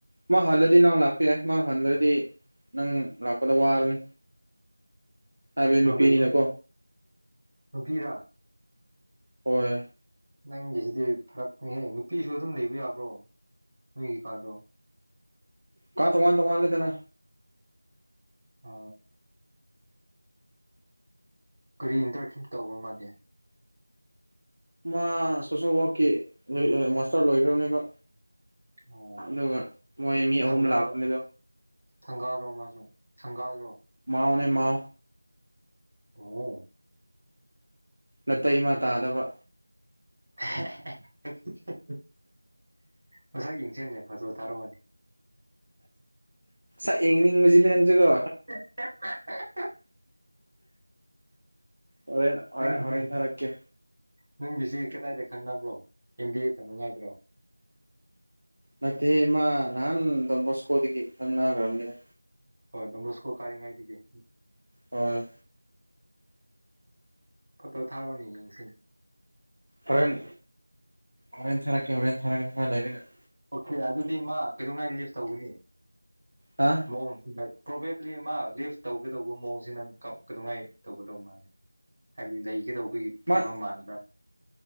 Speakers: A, on the right (about 80°); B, on the right (about 50°).
A: ꯃꯥ ꯍꯜꯂꯗꯤ ꯅꯪ ꯂꯥꯛꯄ ꯌꯥꯏ ꯃꯥ ꯍꯜꯗ꯭ꯔꯗꯤ ꯅꯪ ꯂꯥꯛꯄꯗ ꯋꯥꯔꯅꯤ ꯍꯥꯏꯕꯗꯤ
B: ꯃꯥ
A: ꯅꯨꯄꯤꯅꯤꯅꯀꯣ
B: ꯀꯩꯗꯧꯉꯩ ꯅꯨꯄꯤꯔꯥ
A: ꯍꯣꯏ
B: ꯅꯪꯒꯤꯁꯤꯗꯤ ꯐꯔꯛꯍꯦ ꯅꯨꯄꯤꯁꯨ ꯑꯗꯨꯝ ꯂꯩꯕ ꯌꯥꯕ꯭ꯔꯣ ꯅꯣꯏꯒꯤꯀꯥꯗꯣ
A: ꯀ ꯇ ꯋꯥꯟ ꯇ ꯋꯥ ꯂꯩꯗꯅ
B: ꯑ ꯀꯔꯤ ꯏꯟꯇꯔꯁꯤꯞ ꯇꯧꯕ꯭ꯔꯣ ꯃꯥꯥꯟꯗꯦ
A: ꯃꯥ ꯁꯣꯁꯦꯜ ꯋꯥꯔꯛꯀꯤ ꯃꯥꯁꯇꯔ ꯂꯣꯏꯈ꯭ꯔꯕꯅꯦꯕ
B: ꯑꯣ
A: ꯑꯗꯨꯒ ꯃꯣꯏ ꯃꯤ ꯑꯍꯨꯝ
B: ꯊꯪꯒꯥꯔꯣ
A: ꯂꯥꯛꯄꯅꯦꯗꯣ
B: ꯊꯪꯒꯥꯜꯔꯣ ꯃꯥꯁꯨ ꯊꯪꯒꯥꯜꯒꯣ
A: ꯃꯥꯅꯦ ꯃꯥ
B: ꯑꯣꯝ
A: ꯅꯠꯇ ꯏꯃ ꯇꯥꯗꯕ
B: <unintelligible> ꯃꯁꯛ ꯌꯦꯡꯁꯤꯟꯅꯦ ꯐꯣꯇꯣ ꯊꯥꯔꯛꯑꯣꯅꯤ
A: ꯑ ꯏꯡꯅꯤꯡꯕꯖꯤꯗꯤ ꯅꯪꯖꯒꯣ
B: <unintelligible>
A: ꯍꯣꯔꯦꯟ ꯍꯣꯔꯦꯟ
B: ꯎꯝ
A: ꯍꯣꯔꯦꯟ
B: ꯎꯝ
A: ꯊꯥꯔꯛꯀꯦ
B: ꯅꯪꯒꯤꯁꯤ ꯀꯗꯥꯏꯗꯥ ꯈꯪꯅꯕ꯭ꯔꯣ ꯑꯦꯝ ꯕꯤ ꯑꯦ ꯊꯝꯅꯉꯥꯏꯗ꯭ꯔꯣ
A: ꯅꯠꯇꯦ ꯃꯥ ꯅꯍꯥꯟꯝ ꯃꯣꯁꯀꯣꯗꯒꯤ ꯈꯪꯅꯈ꯭ꯔꯕꯅꯤꯅ
B: ꯍꯣꯏ ꯑꯗꯨꯝꯝꯕꯣꯁꯀꯣ ꯀꯥꯔꯤꯉꯥꯏꯗꯤꯗꯒꯤ
A: ꯍ‌ꯧꯏ
B: ꯐꯣꯇꯣ ꯊꯥꯔꯛꯑꯣꯅꯦ ꯌꯦꯡꯁꯤꯅꯦ
A: ꯍꯣꯔꯦꯟ ꯍꯣꯔꯦꯟ ꯊꯥꯔꯛꯀꯦ ꯍꯣꯔꯦꯟꯦꯟ ꯊꯥꯔꯛꯦ ꯂꯩꯔꯅ
B: ꯑꯣꯀꯦ ꯑꯗꯨꯗꯤ ꯃꯥ ꯀꯩꯗꯧꯉꯥꯏ ꯂꯤꯐ ꯇꯧꯒꯅꯤ
A: ꯍꯥ
B: ꯃꯑꯣꯡ ꯄ꯭ꯔꯣꯕꯦꯕꯂꯤ ꯃꯥ ꯂꯤꯐ ꯇꯧꯒꯗꯧꯕ ꯃꯑꯣꯡꯁ ꯅꯪ ꯀꯉꯥꯏ ꯇꯧꯒꯗꯧꯕ ꯃꯥꯜꯂꯤ ꯍꯥꯏꯕꯗꯤ ꯂꯩꯒꯗꯧꯕꯒꯤ ꯐꯤꯕꯝ
A: ꯃꯥ
B: ꯃꯥꯟꯕ꯭ꯔꯥ